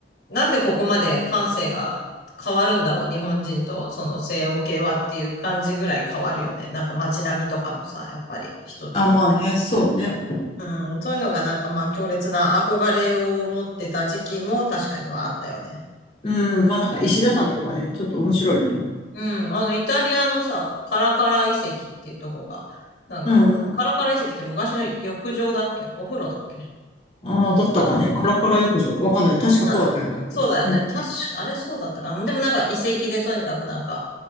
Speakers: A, on the left; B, on the left.
A: なんでここまで感性が変わるんだろう、日本人とその西欧系はっていう感じぐらい変わるよね。なんか街並みとかもさ、やっぱり一つとって。
B: あ、まあね、そうね。
A: うん、そういうのがなんかまあ強烈な憧れを持ってた時期も確かにはあったよね。
B: うん、まあなんか石畳とかね、ちょっと面白いよね。
A: うん、あのイタリアのさ、カラカラ遺跡っていうとこが、なんか、
B: うんうん。
A: カラカラ遺跡って昔の浴場だっけお風呂だっけ
B: ああ、だったかね。
A: かな。
B: カラカラ浴場。わかんない。確かそうだったような気がする。
A: な、そうだよね。
B: うん。
A: 確か、あれそうだったかな。でもなんか遺跡でとにかくなんか、